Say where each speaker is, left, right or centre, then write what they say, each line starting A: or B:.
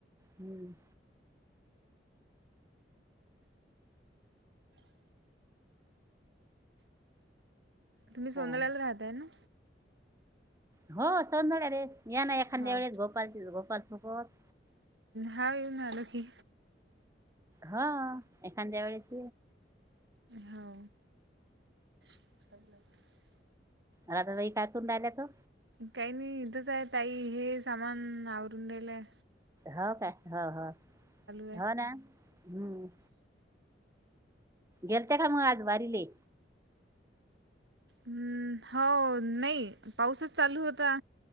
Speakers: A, on the right; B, on the right.
A: हम्म.
B: तुम्ही सोनलाला
A: हो
B: राहताय ना.
A: हो सौन्या रेस या ना एखाद्या
B: हो
A: वेळेस गोपाल गोपाल सुकत.
B: हा येऊ नालं की.
A: ह एकंद्या वेळेस.
B: हो. <inaudible>
A: राधा ताई काय करून राहिले ओ?
B: काही नाही इथंच आहे त आई हे सामान आवरून रालंय.
A: हो काय हो हो
B: आहे
A: हो ना हम्म. गेलते का मग आज वारीले.
B: हम्म हो नाही पाऊसच चालू होता.